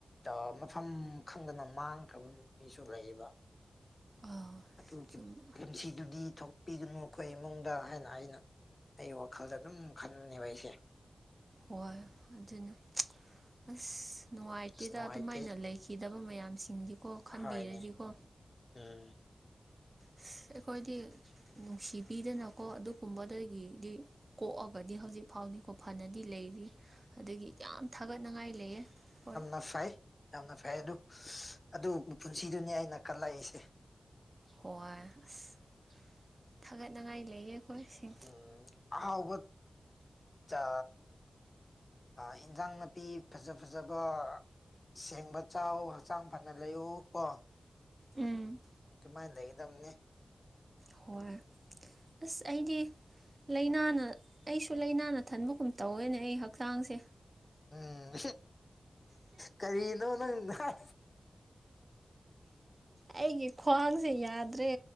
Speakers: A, on the left; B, on the right.
A: ꯑ ꯃꯐꯝ ꯈꯪꯗꯅ ꯃꯥꯡꯈ꯭ꯔꯕ ꯅꯨꯄꯤꯁꯨ ꯂꯩꯌꯦꯕ
B: ꯑꯥ
A: ꯑꯗꯨꯒꯤ
B: ꯆꯨꯝꯃꯦ
A: ꯄꯨꯟꯁꯤꯗꯨꯗꯤ ꯊꯣꯛꯄꯤꯒꯅꯨ ꯑꯩꯈꯣꯏ ꯏꯃꯨꯡꯗ ꯍꯥꯏꯅ ꯑꯩꯅ ꯑꯩ ꯋꯥꯈꯜꯗ ꯑꯗꯨꯝ ꯈꯟꯕꯅꯦꯕ ꯑꯩꯁꯦ
B: ꯍꯣꯏ ꯑꯗꯨꯅꯦ ꯑꯁ ꯅꯨꯡꯉꯥꯏꯇꯦꯗ
A: ꯑꯁ ꯅꯨꯡꯉꯥꯏꯇꯦ
B: ꯑꯗꯨꯃꯥꯏꯅ ꯂꯩ ꯈꯤꯗꯕ ꯃꯌꯥꯝꯁꯤꯡꯗꯤꯀꯣ ꯈꯟꯕꯤꯔꯗꯤꯀꯣ
A: ꯍꯣꯏꯅꯦ ꯎꯝ
B: ꯑꯁ ꯑꯩꯈꯣꯏꯗꯤ ꯅꯨꯡꯁꯤꯕꯤꯗꯅꯀꯣ ꯑꯗꯨꯒꯨꯝꯕꯗꯒꯤꯗꯤ ꯀꯣꯛꯑꯒꯗꯤ ꯍꯧꯖꯤꯛ ꯐꯥꯎꯅꯤꯀꯣ ꯐꯅꯗꯤ ꯂꯩꯔꯤ ꯑꯗꯒꯤ ꯌꯥꯝ ꯊꯥꯒꯠꯅꯤꯡꯉꯥꯏ ꯂꯩꯌꯦ ꯍꯣꯏ
A: ꯑꫭ ꯐꯩ ꯌꯥꯝꯅ ꯐꯩ ꯑꯗꯨ ꯑꯗꯨ ꯄꯨꯟꯁꯤꯗꯨꯅꯤ ꯑꯩꯅ ꯀꯂꯛꯏꯁꯦ
B: ꯍꯣꯏ ꯑꯁ ꯊꯥꯒꯠꯅꯤꯡꯉꯥꯏ ꯂꯩꯌꯦ ꯑꯩꯈꯣꯏ ꯁꯤꯡ
A: ꯎꯝ ꯑꯥꯎꯕ ꯆꯥ ꯑ ꯏꯟꯖꯥꯡ ꯅꯥꯄꯤ ꯐꯖ ꯐꯖꯕ ꯑꯁꯦꯡꯕ ꯆꯥꯎ ꯍꯛꯆꯥꯡ ꯐꯅ ꯂꯩꯌꯨ ꯀꯣ
B: ꯎꯝ
A: ꯑꯗꯨꯃꯥꯏꯅ ꯂꯩꯒꯗꯕꯅꯤ
B: ꯍꯣꯏ ꯑꯁ ꯑꯩꯗꯤ ꯂꯥꯏꯅꯥꯅ ꯑꯩꯁꯨ ꯂꯥꯏꯅꯥꯅ ꯊꯟꯕꯒꯨꯝ ꯇꯧꯋꯦꯅꯦ ꯑꯩ ꯍꯛꯆꯥꯡꯁꯦ
A: ꯎꯝ ꯀꯔꯤꯅꯣ ꯅꯪ ꯍꯥꯏ
B: ꯑꯩꯒꯤ ꯈ꯭ꯋꯥꯡꯁꯦ ꯌꯥꯗ꯭ꯔꯦ